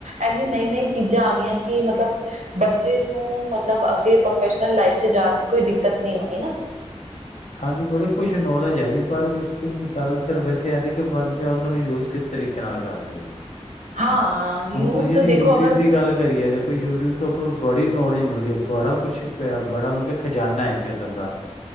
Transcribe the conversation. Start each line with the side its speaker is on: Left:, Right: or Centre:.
Right: ਇੰਨੀ ਨਈ-ਨਈ ਚੀਜ਼ਾਂ ਆ ਗਈਆਂ, ਕਿ ਮਤਲਬ ਬੱਚੇ ਨੂੰ ਮਤਲਬ ਅੱਗੇ ਪ੍ਰੋਫੈਸ਼ਨਲ ਲਾਈਫ ਚ ਜਾਨ ਚ ਕੋਈ ਦਿੱਕਤ ਨੀ ਹੋਨੀ ਨਾ।
Left: ਹਾਂਜੀ ਬੜੇ ਕੁਛ ਨੌਲੇਜ ਹੈਗੀ ਪਰ ਗੱਲ ਸਿਰਫ ਏਥੇ ਆਂਦੀ ਕਿ ਬਸ ੳਸਨੂੰ ਯੂਜ ਕਿਸ ਤਰੀਕੇ ਨਾਲ ਕਰਦਾ ਜੀ।
Right: ਹਾਂ ਯੂਜ
Left: ਹੁਣ ਤੁਸੀ ਜੇੜੀ
Right: ਤਾਂ ਦੇਖੋ
Left: ਯੂਟਿਊਬ
Right: ਅਗਰ
Left: ਦੀ ਗੱਲ ਕਰੀਏ ਜੇ ਯੂਟਿਊਬ ਤੋਂ ਆਪਾਂ ਨੂੰ ਬੜੀ ਨੌਲੇਜ ਮਿਲਦੀ ਐ, ਬੜਾ ਕੁਛ ਪੇਆ ਬੜਾ ਮ ਕੇ ਖਜਾਨਾ ਐ ਏਕ ਕਿਸਮ ਦਾ,